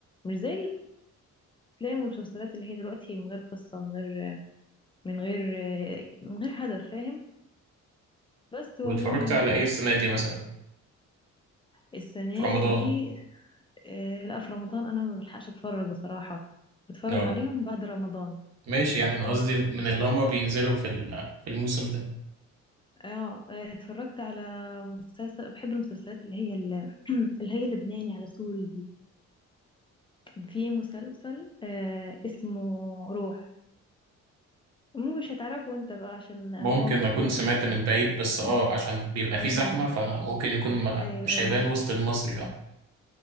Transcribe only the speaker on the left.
مش زي الافلام والمسلسلات اللي هي دلوقتي من غير قصه من غير من غير من غير هدف فاهم بس والله
هو
السنة
دي آه، لا في رمضان أنا ما بلحقش أتفرج بصراحة بتفرج
عليهم بعد رمضان
اه آه، اتفرجت على مسلسل بحب المسلسلات اللي هي ال- <clears throat> اللي هي اللبناني على سوري دي كان في مسلسل آه، اسمه روح مو مش هتعرفه انت بقى عشان هو
بص
امم
ايوه
ايوه